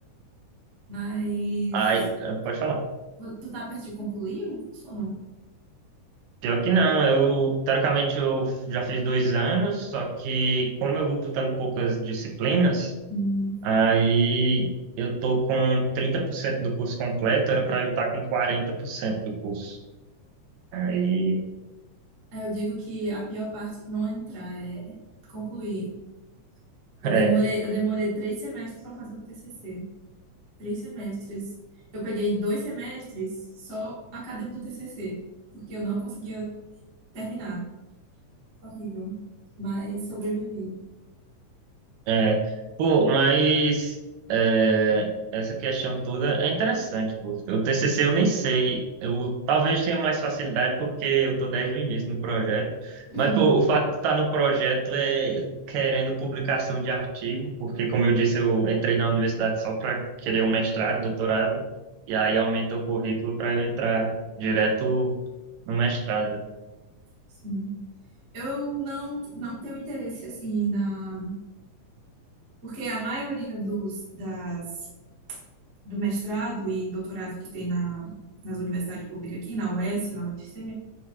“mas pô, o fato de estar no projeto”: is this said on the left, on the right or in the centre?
Right